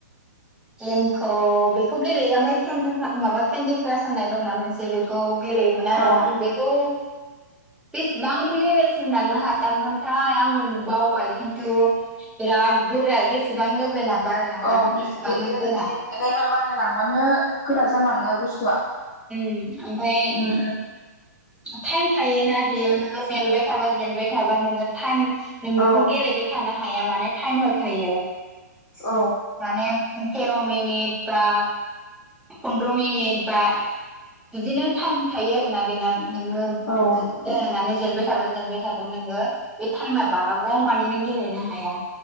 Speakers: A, in the centre; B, on the left.
A: गेमखौ बेखौ गेलेयो ओमफ्राय केन्दिख्रा माबा केन्दिक्रास होननाय दंना मोनसे बेखौ गेलेयोमोन आरो
B: औ
A: आं बेखौ बेसेबां लेभेलसिम लांनो हायामोनथाय आं बावबाय खिन्थु बिरा द गोरा जेसेबां लेभेला बारायलांगोन
B: औ
A: एसेबांनो
B: बे ले-ले-लेबेल
A: गोरा
B: बारायलांबानो गोरा जालाङो बुस्थुआ
A: उम ओमफ्राय
B: उम
A: टाइम थायोना बियो नोङो जेनबाय थाबा जेनबाय थाबा नोङो टाइम
B: उम
A: नों बेखौ गेलेबाय थानो हाया माने टाइम होखायो
B: औ
A: माने तेर' मिनिट बा पन्द्र' मिनिट बा बिदिनो टाइम थायो आरोना बेना नोङो
B: औ
A: दि गेलेनानै जेनबाय थाबा जेनबाय थाबा नोङो बे टाइमा बारग'मानि नों गेलेनो हाया